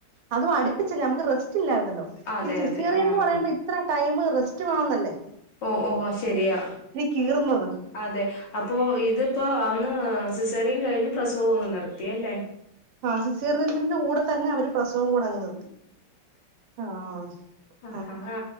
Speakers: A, on the right (about 85°); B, on the left (about 70°).
A: അതും അടുപ്പിച്ചില്ല അമുക്ക് റെസ്റ്റ് ഇല്ലായിരുന്നല്ലോ
B: അതെ
A: ഈ സിസ്റ്റേറിയൻ
B: അതെ ആഹ്
A: എന്ന് പറയുമ്പോ ഇത്ര ടൈം റെ സ്റ്റ് വേണംന്നല്ലേ-?
B: ഒഹ് ഓ ശരിയാ
A: കീറുന്നത്
B: അതെ അപ്പൊ ഇതിപ്പോ അ ന്ന് സിസറിയയും കഴിഞ്ഞ് പ്രസവം അങ്ങ് നിർത്തിയല്ലേ?
A: ആഹ് സിസേറിയനന്റെ കൂടെ തന്നെ അവര്- പ്രസവം കൂടെ അങ്ങ് നിർത്തി ആഹ് -
B: ആഹ് ഹാ